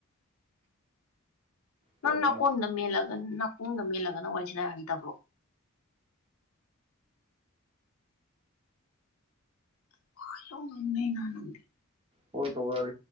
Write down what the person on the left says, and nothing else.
ꯅꯪ
ꯅꯥꯀꯣꯡꯗ
ꯃꯦꯜꯂꯒ ꯅꯥꯀꯣꯡꯗ ꯃꯦꯜꯂꯒꯅ ꯋꯥꯔꯤꯁꯅꯕ ꯍꯩꯇꯕ꯭ꯔꯣ꯫ <unintelligible> ꯅꯗꯤ